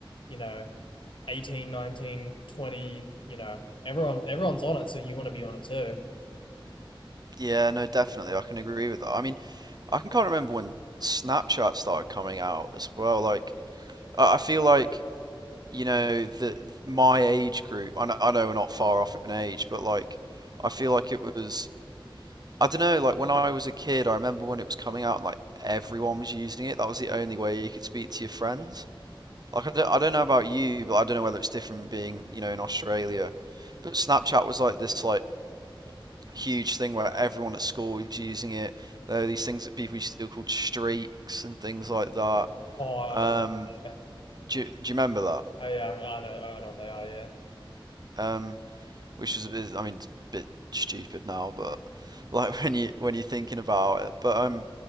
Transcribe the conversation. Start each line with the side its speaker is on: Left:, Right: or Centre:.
Left: you know, 18, 19, 20, you know, everyone, everyone's on it. So you want to be on it too.
Right: Yeah, no, definitely. I can agree with that. I mean, I can kind of remember when Snapchat started coming out as well. Like, I I feel like, you know, the my age group, I know, I know we're not far off in age, but like, I feel like it was, I don't know, like when I was a kid, I remember when it was coming out, like everyone was using it. That was the only way you could speak to your friends. Like I don't, I don't know about you, but I don't know whether it's different being, you know, in Australia. But Snapchat was like this like huge thing where everyone at school was using it. There were these things that people used to do called streaks and things like that.
Left: Oh, I
Right: Um,
Left: know that. Yeah.
Right: do, you- do you remember that?
Left: Oh, yeah. I know, I know what they are. Yeah.
Right: Um, which was a bit, I mean, it's a bit stupid now, but like <laughs> when you when you're thinking about it. But um,